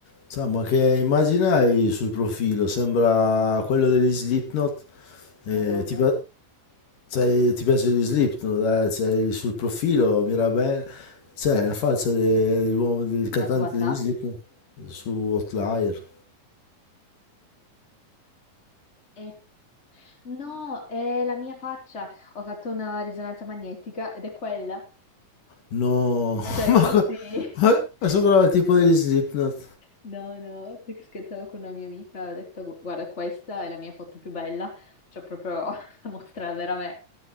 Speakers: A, on the left; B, on the left.
A: Insomma, che immagine hai sul profilo? Sembra quello degli Slipknot. Eh,
B: Ma dove?
A: ti, pi- sai, ti piace gli Slipknot? Eh? C'hai sul profilo Mirabel, c'è la faccia de- dell'uomo- del cantante
B: Ma su WhatsApp?
A: degli Slipknot su Outlier.
B: Eh, no, è la mia faccia. Ho fatto una risonanza magnetica ed è quella.
A: No,
B: Pensavi
A: <laughs> ma,
B: fossi...
A: co-
B: <laughs>
A: ma- ma sembrava il tipo degli Slipknot.
B: No, no, perché scherzavo con una mia amica, ho detto, "Gu- guarda, questa è la mia foto più bella. Cioè, proprio <laughs> la mostra la vera me.